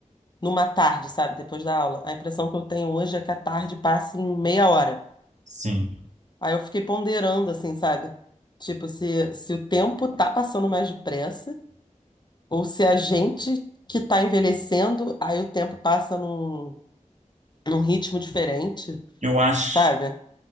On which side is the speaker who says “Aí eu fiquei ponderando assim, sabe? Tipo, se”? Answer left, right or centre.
Left